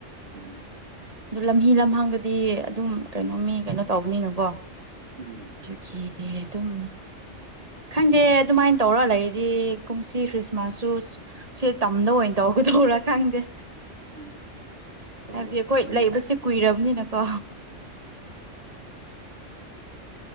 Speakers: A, on the right; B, on the right.
A: ꯍꯣꯏꯅꯦ
B: ꯑꯗꯨ ꯂꯝꯍꯤ ꯂꯝꯍꯥꯡꯗꯗꯤ ꯑꯗꯨꯝ ꯀꯩꯅꯣ ꯃꯤ ꯀꯩꯅꯣ ꯇꯧꯕꯅꯤꯅꯀꯣ
A: ꯎꯝ
B: ꯑꯗꯨꯒꯤꯅꯦ ꯑꯗꯨꯝ ꯈꯪꯗꯦ ꯑꯗꯨꯃꯥꯏꯟ ꯇꯧꯔ ꯂꯩꯔꯗꯤ ꯀꯨꯝꯁꯤ ꯈ꯭ꯔꯤꯁꯃꯥꯁꯁꯨ ꯁꯦ ꯇꯝꯗ ꯑꯣꯏꯅ ꯇꯧꯒꯗꯣꯔꯥ ꯈꯪꯗꯦ
A: ꯎꯝ ꯇꯧꯔꯣ
B: ꯍꯥꯏꯕꯗꯤ ꯑꯩꯈꯣꯏ
A: ꯑꯗꯨꯅ
B: ꯂꯩꯕꯁꯦ ꯀꯨꯏꯔꯕꯅꯤꯅꯀꯣ